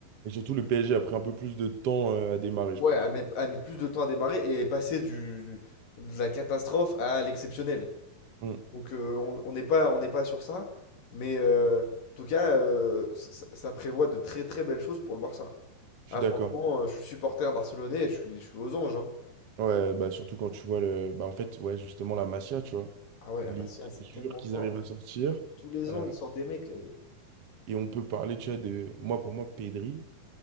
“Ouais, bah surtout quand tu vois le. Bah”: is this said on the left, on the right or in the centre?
Right